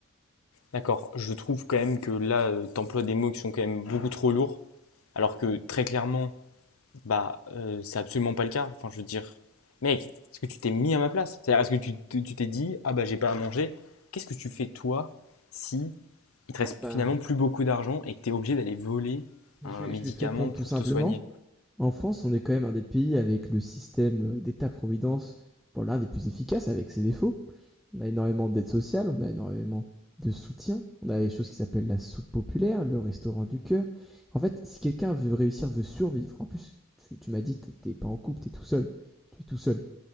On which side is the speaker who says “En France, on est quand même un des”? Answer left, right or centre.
Centre